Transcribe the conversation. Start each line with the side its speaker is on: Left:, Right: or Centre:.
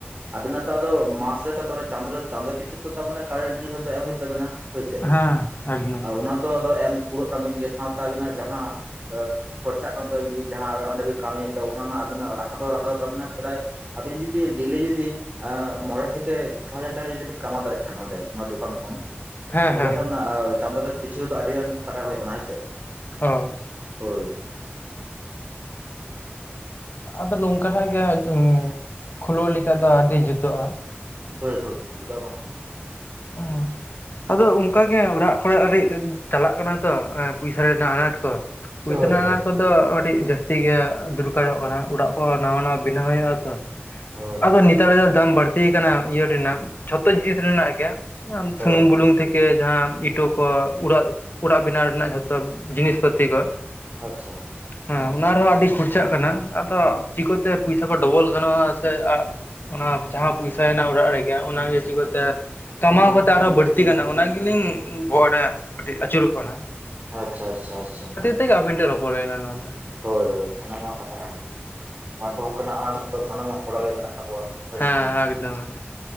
Right: ᱟᱵᱤᱱᱟᱜ ᱛᱚ ᱟᱫᱚ ᱢᱟᱥ ᱨᱮᱛᱚ ᱪᱟᱸᱫᱳ ᱨᱮ ᱪᱟᱸᱫᱳ ᱯᱤᱪᱷᱩ ᱛᱚ ᱛᱟᱨᱢᱟᱱᱮ ᱠᱟᱨᱮᱱᱴ ᱵᱤᱞ ᱦᱚᱸᱛᱚ ᱮᱢ ᱦᱳᱭᱳᱜ ᱛᱟᱵᱤᱱᱟ᱾ ᱦᱳᱭᱥᱮ
Left: ᱦᱮᱸ ᱮᱠᱫᱚᱢ
Right: ᱟᱨ ᱚᱱᱟ ᱫᱚ ᱟᱫᱚ ᱮᱢ ᱠᱩᱲᱟᱹᱜ ᱛᱟᱵᱤᱱᱟ ᱥᱟᱶ ᱛᱮ ᱟᱵᱤᱱᱟ ᱡᱟᱦᱟᱸᱼᱼ ᱠᱷᱚᱨᱪᱟᱜ ᱠᱟᱱ <unintelligible> ᱡᱟᱦᱟᱸ ᱚᱱᱮ ᱚᱸᱰᱮ ᱵᱤᱱ ᱠᱟᱹᱢᱤᱭᱮᱜ ᱫᱚ ᱚᱱᱟ ᱨᱮᱱᱟᱜ ᱟᱵᱤᱱᱟᱜ ᱨᱟᱠᱟ ᱫᱚ ᱨᱟᱠᱟᱫᱚᱜ ᱛᱟᱵᱤᱱᱟ᱾ ᱯᱨᱟᱭ ᱟᱵᱤᱱ ᱡᱩᱫᱤ ᱰᱮᱞᱤ ᱡᱩᱫᱤ ᱟᱸᱜ ᱢᱚᱬᱮ ᱛᱷᱮᱠᱮ ᱪᱷᱚ ᱦᱟᱡᱟᱨ ᱴᱟᱠᱟ ᱡᱩᱫᱤ ᱵᱤᱱ ᱠᱟᱢᱟᱣ ᱫᱟᱲᱮᱭᱟᱜ ᱠᱷᱟᱱ ᱱᱚᱰᱮ ᱚᱱᱟ ᱫᱚᱠᱟᱱ ᱠᱷᱚᱱ,
Left: ᱦᱮᱸ
Right: ᱛᱚᱵᱮ
Left: ᱦᱮᱸ
Right: ᱠᱷᱟᱱ ᱚᱱᱟ ᱟᱺᱜ ᱪᱟᱸᱫᱳ ᱨᱮ ᱯᱤᱪᱷᱩ ᱨᱮ ᱫᱚ ᱟᱹᱰᱤ ᱜᱟᱱ ᱴᱟᱠᱟ <unintelligible> ᱦᱳᱭᱳᱜ ᱠᱟᱱᱟ ᱦᱮᱸᱥᱮ ᱾
Left: ᱦᱚᱭ᱾
Right: ᱦᱳᱭ᱾
Left: ᱟᱫᱚ ᱱᱚᱝᱠᱟᱱᱟᱜ ᱜᱮ <unintelligible> ᱠᱷᱩᱞᱟᱹᱣ ᱞᱮᱠᱷᱟᱡ ᱫᱚ ᱟᱹᱰᱤ ᱡᱩᱛᱳᱜᱼᱟ᱾
Right: ᱦᱳᱭ ᱦᱳᱭ ᱪᱮᱫᱟᱜ ᱵᱟᱝ ᱾
Left: ᱩᱸ ᱦᱩᱸ ᱟᱫᱚ ᱚᱱᱠᱟ ᱜᱮ ᱚᱲᱟᱜ ᱠᱚᱨᱮ ᱟᱹᱰᱤ ᱪᱟᱞᱟᱜ ᱠᱟᱱᱟ ᱛᱚ ᱮᱸ ᱯᱩᱭᱥᱟ ᱨᱮᱱᱟᱜ ᱟᱱᱟᱴ ᱠᱚ, ᱯᱩᱭᱥᱟᱹ
Right: ᱦᱳᱭ
Left: ᱨᱮᱱᱟᱜ
Right: ᱦᱳᱭ
Left: ᱟᱱᱟᱴ ᱠᱚ ᱫᱚ ᱟᱹᱰᱤ ᱡᱟᱹᱥᱛᱤ ᱜᱮ ᱫᱚᱨᱠᱟᱨᱚᱜ ᱠᱟᱱᱟ ᱾ ᱳᱲᱟᱜ ᱠᱚ ᱱᱟᱣᱟ ᱱᱟᱣᱟ ᱵᱮᱱᱟᱣ ᱦᱳᱭᱳᱜᱼᱟ ᱛᱚ ᱾
Right: ᱦᱳᱭ ᱦᱳᱭ
Left: ᱟᱫᱚ ᱱᱮᱛᱟᱨ
Right: ᱪᱮᱫᱟᱜ ᱵᱟᱝ
Left: ᱫᱚ ᱫᱟᱢ ᱵᱟᱹᱲᱛᱤ ᱠᱟᱱᱟ ᱾ ᱤᱭᱟᱹ ᱨᱮᱱᱟᱜ ᱡᱷᱚᱛᱚ ᱡᱤᱱᱤᱥ ᱨᱮᱱᱟᱜ ᱜᱮ, ᱟᱢ ᱥᱩᱱᱩᱢ
Right: ᱦᱳᱭ
Left: ᱵᱩᱞᱩᱝ ᱛᱷᱮ ᱤᱭᱟᱹ ᱡᱟᱦᱟᱸ ᱤᱴᱳ ᱠᱚ ᱩᱲᱟᱜ ᱚᱲᱟᱜ ᱵᱮᱱᱟᱣ ᱨᱮᱱᱟᱜ ᱡᱷᱚᱛᱚ ᱡᱤᱱᱤᱥ ᱯᱟᱛᱤ ᱠᱚ ᱾
Right: ᱟᱪᱪᱷᱟ᱾
Left: ᱦᱮᱸ ᱚᱱᱟ ᱨᱮᱦᱚᱸ ᱟᱹᱰᱤ ᱠᱷᱚᱨᱪᱟᱜ ᱠᱟᱱᱟ ᱾ ᱟᱫᱚ ᱪᱤᱠᱳᱛᱮ ᱯᱩᱭᱥᱟ ᱠᱚ ᱰᱚᱵᱚᱞ ᱜᱟᱱᱚᱜᱼᱟ, ᱥᱮ ᱟᱜ ᱚᱱᱟ ᱡᱟᱦᱟᱸ ᱯᱩᱭᱥᱟᱭᱮᱱᱟ ᱚᱲᱟᱜ ᱨᱮᱜᱮ ᱚᱱᱟᱜᱮ ᱪᱤᱠᱳᱛᱮ ᱠᱟᱢᱟᱣ ᱠᱟᱛᱮᱜ ᱟᱨ ᱦᱚᱸ ᱵᱟᱹᱲᱛᱤ ᱜᱟᱱᱚᱜᱼᱟ ᱚᱱᱟ ᱜᱮᱞᱤᱧ ᱵᱚᱦᱚᱰᱟᱜ ᱠᱟᱹᱴᱤᱡ ᱟᱹᱪᱩᱨᱚᱜ ᱠᱟᱱᱟ ᱾
Right: ᱟᱪᱪᱷᱟ ᱟᱪᱪᱷᱟ ᱟᱪᱪᱷᱟ᱾
Left: ᱴᱷᱤᱠᱟ ᱟᱵᱤᱱ ᱴᱷᱮᱡᱽ ᱨᱚᱯᱚᱨ ᱦᱩᱭ ᱮᱱᱟ ᱱᱚᱣᱟ ᱫᱚ ᱾
Right: ᱦᱳᱭ ᱦᱳᱭ ᱚᱱᱟ ᱢᱟ ᱠᱟᱛᱷᱟ ᱠᱟᱱ ᱜᱮᱭᱟ ᱾ᱵᱟᱫᱫᱷᱚ ᱚᱱᱠᱟᱱᱟᱜ ᱦᱚᱸᱜ-ᱚᱭ ᱱᱤᱛᱳᱜ ᱥᱟᱱᱟᱢᱚᱜ ᱚᱲᱟᱜ ᱨᱮ ᱢᱮᱱᱟᱜ ᱛᱟᱠᱚᱣᱟ ᱾
Left: ᱦᱮᱸ ᱦᱮᱸ ᱮᱠᱫᱚᱢ᱾